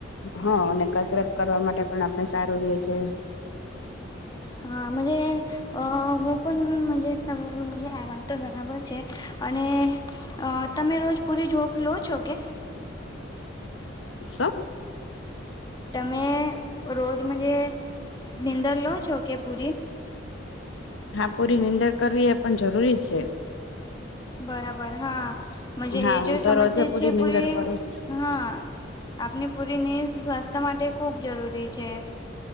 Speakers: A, on the left; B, on the left.
A: હા અને કસરત કરવા માટે પણ આપણે સારું રે છે.
B: હા, મજ અ હું પણ તમને આ વાત તો બરાબર છે, અને અ તમે રોજ પૂરી જોપ લો છો, કે
A: શ
B: તમે રોજ મજ નીંદર લો છો, કે પૂરી
A: હા પૂરી મંદર કરવી એ પણ જરૂરી છે.
B: બરાબર હાજ
A: હા
B: એજ
A: હું તો
B: સમજ્યા
A: રોજે
B: છે, પૂરી
A: નિંદર કરું જ છું
B: હા આપની પૂરીની સ્વાસ્થ્ય માટે ખૂબ જરૂરી છે.